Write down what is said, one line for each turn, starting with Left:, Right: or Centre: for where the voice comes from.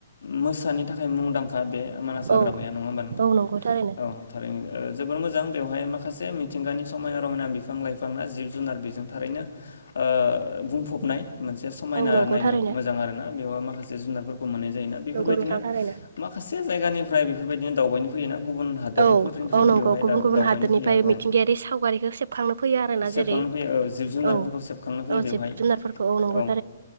Left: मोसानि थाखाय मुंदांखा बे मानास हाग्राया
Right: औ
Left: नङा होमबा नोंथां
Right: औ नंगौ थारैनो
Left: औ थारैनो जोबोर मोजां बेवहाय माखासे मिथिंगानि समाय रमायना बिफां लाइफां ना जिब जुनार बेजों थारैनो ओ ओ बुंफबनाय मोनसे समायना
Right: औ नंगौ
Left: नायनो
Right: थारैनो
Left: मोजां आरोना बेवहाय माखासे जुनारफोरखौ मोननाय जायोना बेफोरबायदि
Right: नंगौ नोंथां
Left: नो
Right: थारैनो
Left: माखासे जायगानिफ्राय बेफोरबायदिनो दावबायनो फैयोना गुबुन हादोरनिफोरनिफ्रायबो
Right: औ औ नंगौ
Left: बेवहाय
Right: गुबुन
Left: दाव
Right: गुबुन
Left: दावबायनो
Right: हादोरनिफाय
Left: फैयो औ
Right: मिथिंगायारि सावगारिखो सेबखांनो फैयो आरो ना
Left: सेबखांनो
Right: जेरै
Left: फैयो ओ जिब- जुनारफोरखौ
Right: औ
Left: सेबखांनो फैयो
Right: औ
Left: बेवहाय
Right: जिब
Left: औ
Right: जुनारफोरखौ नंगौ
Left: ओ